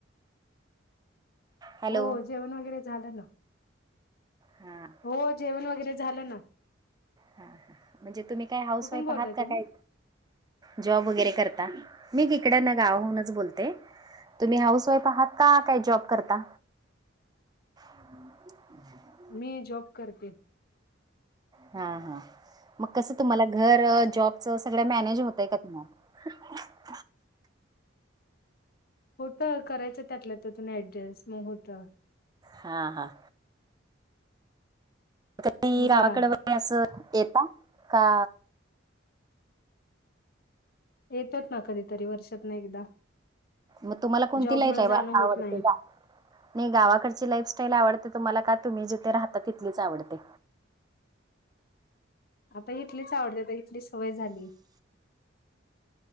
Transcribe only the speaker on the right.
हॅलो
हम्म.
हा ह म्हणजे तुम्ही काय हाऊस
वाईफ
आहात का
काय? जॉब वगैरे करता मी तिकडना गावावरून च बोलते. तुम्ही हाऊस वाईफ आहात का काय जॉब करता? <inaudible>
हा हा मग कसं तुम्हाला घर जॉबच सगळं मॅनेज होतय का तुम्हाला? <inaudible>
हा हा. कधी
गावाकडं असं येता का?
म तुम्हाला कोणती
लाईफस्टाईल
आवडते
का? नाही गावाकडची लाईफस्टाईल आवडते तुम्हाला का तुम्ही जिथे राहता तिथलीच आवडते?